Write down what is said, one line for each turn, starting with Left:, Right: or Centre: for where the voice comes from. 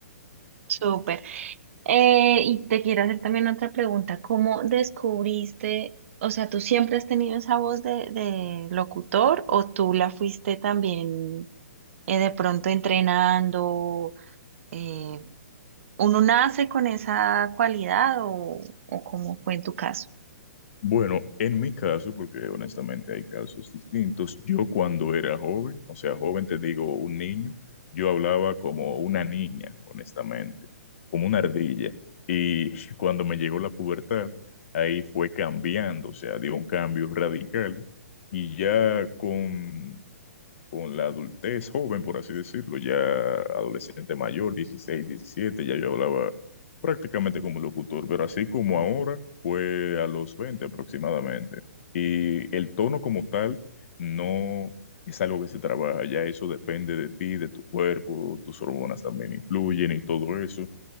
Right: Súper. Eh, y te quiero hacer también otra pregunta. ¿Cómo descubriste, o sea, tú siempre has tenido esa voz de, de locutor o tú la fuiste también eh, de pronto entrenando? Eh, ¿Uno nace con esa cualidad o, o cómo fue en tu caso?
Left: Bueno, en mi caso, porque honestamente hay casos distintos, yo cuando era joven, o sea, joven te digo un niño, yo hablaba como una niña, honestamente, como una ardilla. Y <laughs> cuando me llegó la pubertad, ahí fue cambiando, o sea, dio un cambio radical. Y ya con con la adultez joven, por así decirlo, ya adolescente mayor, 16, 17, ya yo hablaba prácticamente como locutor, pero así como ahora fue a los 20 aproximadamente. Y el tono como tal no es algo que se trabaja, ya eso depende de ti, de tu cuerpo, tus hormonas también influyen y todo eso.